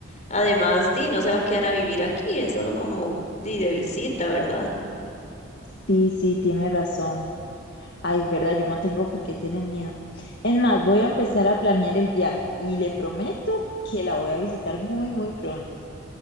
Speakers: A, on the left; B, on the left.
A: Además, di, no se va a quedar a vivir aquí, es solo como di, de visita, ¿verdad?
B: Sí, sí, tiene razón. Ay, verdad, yo no tengo por qué tener miedo. Es más, voy a empezar a planear el viaje y le prometo que la voy a visitar muy, muy pronto.